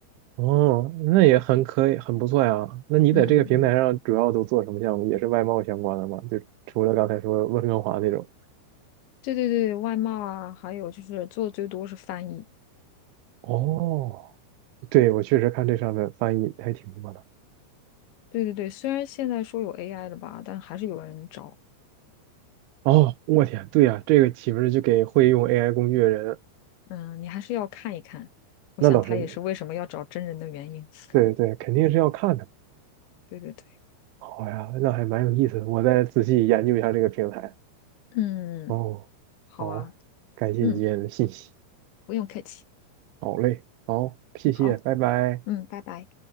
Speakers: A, on the right; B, on the left.
A: 哦，那也很可以，很不错呀。那你在这个平台上主要都做什么项目？
B: 嗯嗯嗯，
A: 也是外贸相关的吗？就除了刚才说温哥华那种。
B: 对对对，外贸啊，还有就是做的最多是翻译。
A: 哦，对，我确实看这上面翻译还挺多的。
B: 对对对，虽然现在说有 AI 了吧，但还是有人找。
A: 哦，我天，对呀，这个岂不是就给会用 AI 工具的人？
B: 嗯，你还是要看一看。我想他也是为什么要找真人的原因。
A: 那倒是，
B: <laughs>
A: 对对，肯定是要看的。
B: 对对对，
A: 好呀，那还蛮有意思的，我再仔细研究一下这个平台。
B: 嗯，
A: 哦，
B: 好啊，
A: 好，感谢你今天的信息。
B: 嗯，不用客气。
A: 好嘞，好，谢谢，
B: 好，
A: 拜拜。
B: 嗯，拜拜。